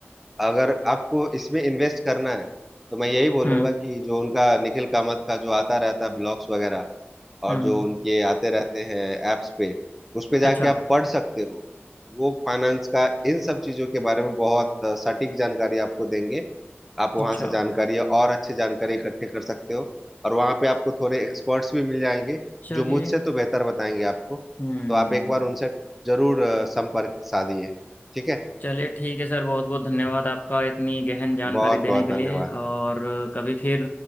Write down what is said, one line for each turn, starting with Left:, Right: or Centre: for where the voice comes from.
Centre: अगर आपको इसमें इन्वेस्ट करना है तो मैं यही बोलूंगा
Left: हम्म
Centre: कि जो उनका निखिल कामत का जो आता रहता है ब्लॉग्स वगैरह
Left: हम्म
Centre: और जो
Left: हम्म,
Centre: उनके आते रहते हैं एप्स पे उस पे जाके
Left: अच्छा
Centre: आप पढ़ सकते हो वो फाइनेंस का इन सब चीजों के बारे में बहुत सटीक जानकारी आपको देंगे आप वहां
Left: अच्छा
Centre: से जानकारी और अच्छे जानकारी इकट्ठे कर सकते हो और वहां पे आपको थोड़े एक्सपर्ट्स भी मिल जाएंगे
Left: चलिए
Centre: जो मुझसे तो बेहतर बताएंगे आपको
Left: हम्म
Centre: तो आप एक बार उनसे जरूर अ, संपर्क साधिए ठीक है
Left: चलिए ठीक है सर बहुत बहुत धन्यवाद आपका इतनी गहन जानकारी
Centre: बहुत
Left: देने
Centre: बहुत
Left: के
Centre: धन्यवाद
Left: लिए और कभी फिर